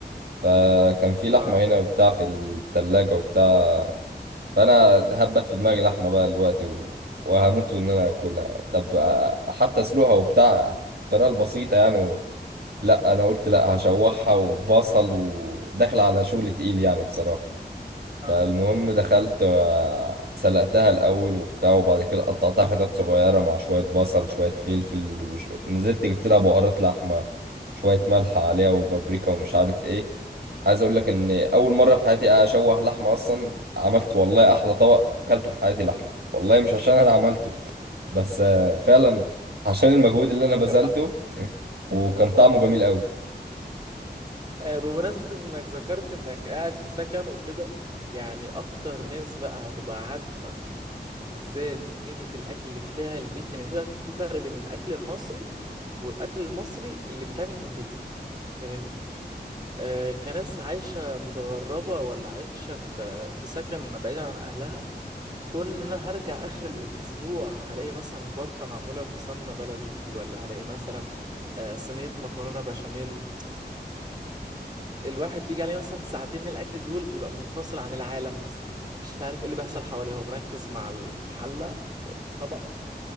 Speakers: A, on the right; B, on the right.
A: فكان في لحمه
B: آه.
A: هنا وبتاع في الثلاجه وبتاع فانا هبت في دماغي لحمه بقى دلوقتي و... وهموت ان انا اكلها طب آه حتى اسلقها وبتاع الطريقه البسيطه يعني و... لا انا قلت لا هشوحها وبصل وداخل على شغل تقيل يعني بصراحه
B: اه
A: فالمهم دخلت آه، سلقتها الأول وبتاع وبعد كده قطعتها حتت صغيرة مع شوية بصل شوية فلفل وش- نزلت جبت لها بهارات لحمة شوية ملح عليها وبابريكا ومش عارف ايه عايز اقول لك ان اول مرة في حياتي اشوح لحمة اصلا عملت والله احلى طبق كلته في حياتي لحمة والله مش عشان انا عملته بس آه، فعلا عشان المجهود اللي انا بذلته
B: كان طعمه
A: وكان طعمه
B: <laughs> اه
A: جميل قوي
B: آه، بمناسبة انك ذكرت انك قاعد في سكن وكده يعني اكتر ناس بقى هتبقى عارفة بالذات قيمة الاكل بتاع البيت يعني سيبك في فرق بين الاكل المصري والاكل المصري اللي بيتعمل في البيت فاهمني آه كناس عايشة متغربة ولا عايشة في في سكن بعيدا عن اهلها كون ان انا هرجع اخر الاسبوع هلاقي مثلا بطة معمولة في سمنة بلدي ولا هلاقي مثلا آه، صينية مكرونة بشاميل الواحد بيجي عليه مثلا ساعتين الاكل دول بيبقى منفصل عن العالم مثلا مش عارف ايه اللي بيحصل حواليه هو مركز مع الحله والطبق